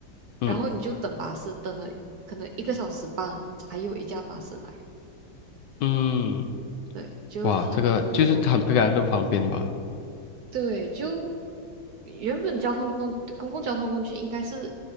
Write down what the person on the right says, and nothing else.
然后你就等巴士，等了可能一个小时半才有一架巴士来，
对，就很很离谱。
对，就原本交通工公共交通工具应该是